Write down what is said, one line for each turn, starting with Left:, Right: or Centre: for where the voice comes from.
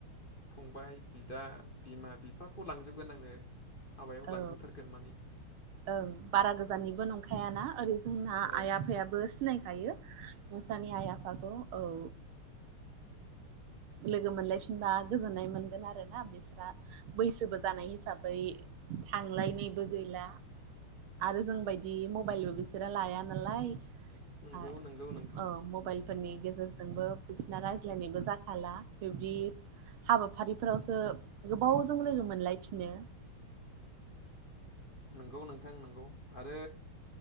Left: फंबाय बिदा बिमा बिफाखौ लांजोबगोन आङो। हाबायाव
Right: औ
Left: लांग्रोबथारगोन मानि
Right: ओं बारा गोजाननिबो नंखायाना ओरै जोंना
Left: औ
Right: आइ आफायाबो सिनायखायो। नोंसानि आइ आफाखौ औ। लोगो मोनलायफिनबा गोजोननाय मोनगोन आरो ना बिसोरा बैसोबो जानाय हिसाबै थांलायनायबो गैला। आरो जोंबायदि मबाइलबो बिसोरो लाया नालाय
Left: नंगौ
Right: औ
Left: नंगौ नोंथां
Right: मबाइलफोरनि गेजेरजोंबो बिसिना रायज्लायनायबो जाख फाला बिब्दि हाबाफारिफोरावसो गोबावजों लोगो मोनलायफिनो।
Left: नंगौ नोंथां नंगौ आरो